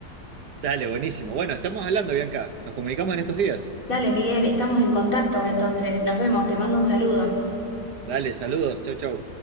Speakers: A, on the right; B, on the left.
A: Dale, buenísimo. Bueno, estamos hablando, Bianca. Nos comunicamos en estos días.
B: Dale, Miguel, estamos en contacto, entonces nos vemos, te mando un saludo.
A: Dale, saludos. Chau, chau.